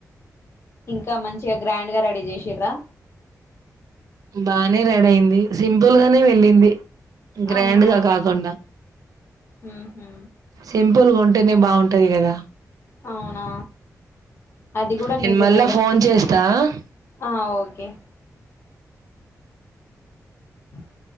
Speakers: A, on the left; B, on the right.
A: ఇంకా మంచిగా గ్రాండ్గా రెడీ చేసిన్రా.
B: బానే రెడయింది. సింపుల్గనే వెళ్ళింది. గ్రాండ్గా
A: అవునా
B: కాకుండా
A: ఉహు
B: సింపుల్గా ఉంటేనే బాగుం ఉంటది కదా
A: అవునా అది గుడా
B: నేను
A: నిజమే
B: మళ్ళా ఫోన్ చేస్తా
A: ఆ ఓకే ఆ